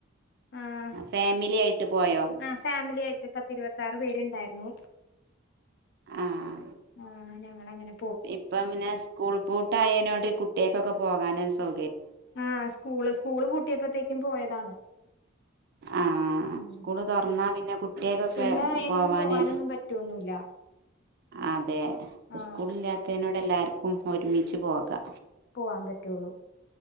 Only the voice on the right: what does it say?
ഫാമിലി ആയിട്ട് പോയോ
ആഹ്
ഇപ്പം പിന്നെ സ് കൂൾ പൂട്ടയേനോട് കുട്ട്യേക്കൊക്കെ പോകാനോരു സൗ
ആഹ്
സ്കൂള് തുറന്നാ പിന്നെ കുട്ടിയക്കൊക്കെ
പോവാന്
അതെ
സ്കൂളില്ലാത്തെനോട് എല്ലാർക്കും ഒരുമിച്ച് പോകാ